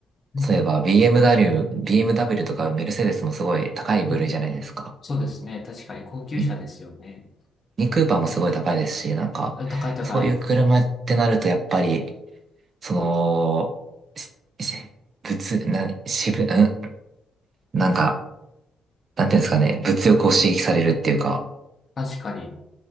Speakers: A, on the left; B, on the right.
A: うん、
B: そういえば BMW、BMW とかメルセデスもすごい高い部類じゃないですか。
A: うん、うん。そうですね。確かに高級車ですよね。
B: ミミニクーパーもすごい高いですし、なんか、
A: あ高い高い。
B: そういう車ってなるとやっぱり、その、しし物、な、渋、んなんか、なんていうんですかね、物欲を刺激されるっていうか、
A: うん。確かに。